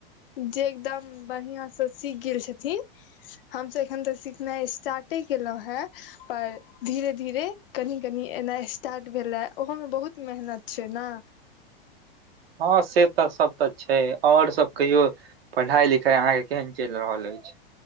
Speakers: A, on the left; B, on the right.
A: जे एकदम बढ़िया स सीख गेल छथिन हम सब एखन तऽ सिखनाइ स्टार्टे केलहुं हे पर धीरे धीरे कनि कनि एना स्टार्ट भेले ओहो में बहुत मेहनत छै ने
B: हँ से तऽ सब तऽ छै आओर सब कहियो पढ़ाई लिखाई अहाँके केहन चलि रहल अछि